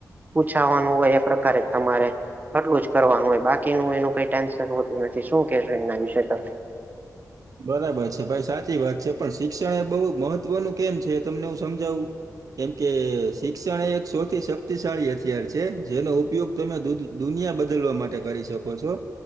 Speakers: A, on the right; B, on the right.
A: પૂછાવાનું હોય એ પ્રકારે તમારે અટલું જ કરવાનું હોય બાકીનું એનું કઈ ટેન્શન હોતું નથી શું કેહેશો એના વિશે તમે
B: બરાબર છે ભાઈ સાચી વાત છે પણ શિક્ષણ એ બહુ મહત્વનું કેમ છે તમને હું સમજાવું કેમકે શિક્ષણ એ એક સૌથી શક્તિશાળી હથિયાર છે જેનો ઉપયોગ તમે દૂધ દુનિયા બદલવા માટે કરી શકો છો.